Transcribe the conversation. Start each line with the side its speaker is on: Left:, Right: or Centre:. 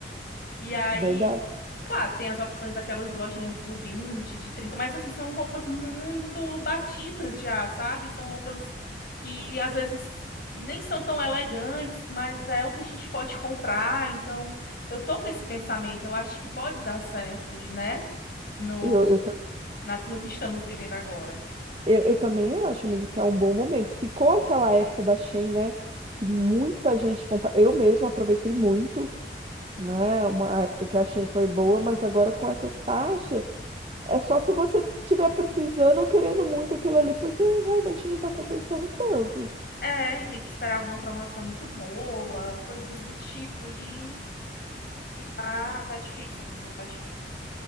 Left: E aí,
Right: Verdade.
Left: claro, tem as opções daquelas lojinhas do 20, de 30. mas assim, são roupas muito batidas já, sabe? São roupas que às vezes nem são tão elegantes, mas é o que a gente pode comprar. Então, eu tô com esse pensamento, eu acho que pode dar certo, né? No,
Right: Eu, eu, ta-
Left: na- no que estamos vivendo agora.
Right: eu, eu também acho, amiga, que é um bom momento. Ficou aquela época da Shein, né? Que muita gente compra. Eu mesma aproveitei muito, né? Uma época que a Shein foi boa, mas agora com essas taxas, é só se você estiver precisando ou querendo muito aquilo ali, porque realmente não está compensando tanto.
Left: É, e tem que esperar alguma promoção muito boa, coisas do tipo, e, e tá, tá difícil, amiga, tá difícil.